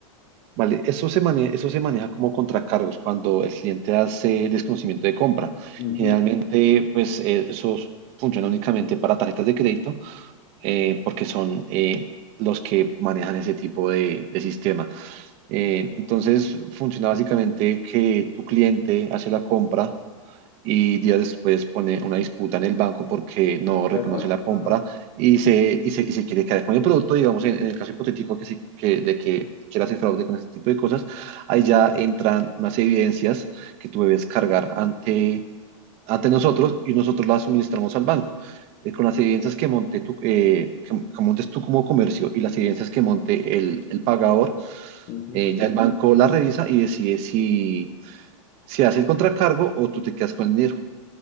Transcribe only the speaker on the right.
Vale, eso se maneja, eso se maneja como contracargos cuando el cliente hace desconocimiento de compra.
Generalmente, pues eh, eso funciona únicamente para tarjetas de crédito eh, porque son eh, los que manejan ese tipo de de sistema. Eh, entonces funciona básicamente que tu cliente hace la compra y días después pone una disputa en el banco porque no reconoce
la compra
y se, y se, y se quiere quedar con el producto, digamos, en, en el caso hipotético que se- que, de que quiera hacer fraude con este tipo de cosas, ahí ya entran unas evidencias que tú debes cargar ante ante nosotros y nosotros la suministramos al banco. Eh, con las evidencias que, monte tú, eh, que, que montes tú como comercio y las evidencias que monte el, el pagador,
eh, ya el banco la revisa y decide si, si hace el contracargo o tú te quedas con el dinero.